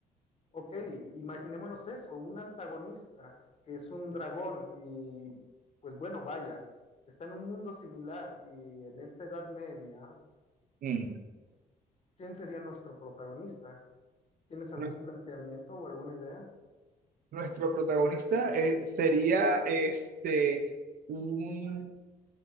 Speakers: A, on the left; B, on the right.
A: Ok, imaginémonos eso, un antagonista que es un dragón y pues bueno, vaya, está en un mundo similar y en esta Edad Media,
B: Ujú.
A: ¿quién sería nuestro protagonista? ¿Tienes algún
B: Nues-
A: planteamiento o alguna idea?
B: Nuestro protagonista eh, sería este, un-